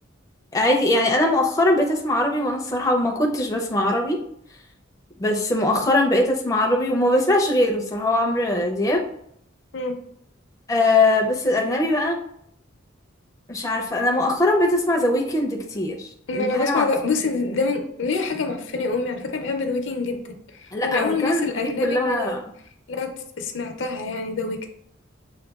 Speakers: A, on the left; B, on the left.
A: عادي يعني أنا مؤخرا بقيت أسمع عربي وأنا الصراحة ما كنتش بسمع عربي بس مؤخرا بقيت أسمع عربي وما بسمعش غيره الصراحة هو عمرو دياب
B: مم.
A: آه بس الأجنبي بقى مش عارفة أنا مؤخرا بقيت أسمع ذا ويكند كتير
B: ما
A: دي
B: انا
A: حاجة
B: بسمع
A: معفنة
B: ده بصي ده ده من ليه حاجه معفنه يا امي على فكره بحب ذا ويكند جدا
A: لا
B: ده
A: أنا
B: من اول
A: بتكلم
B: الناس
A: عن
B: الاجنبي
A: الأغاني كلها
B: اللي انا اللي انا ت- سمعتها يعني ذا ويكند